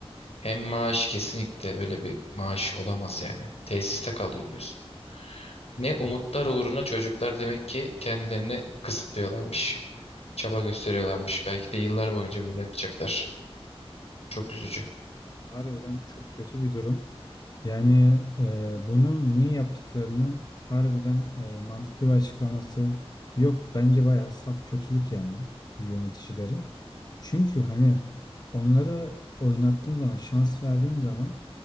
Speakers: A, on the left; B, on the left.
A: Hem maaş kesinlikle öyle bir maaş olamaz yani. Tesiste kalıyor diyorsun. Ne umutlar uğruna çocuklar demek ki kendilerini kısıtlıyorlarmış. Çaba gösteriyorlarmış. Belki de yıllar boyunca böyle yapacaklar. Çok üzücü.
B: Harbiden çok kötü bir durum. Yani e, bunu niye yaptıklarının harbiden e, mantıklı bir açıklaması yok. Bence bayağı saf kötülük yani yöneticilerin. Çünkü hani onları oynattığın zaman, şans verdiğin zaman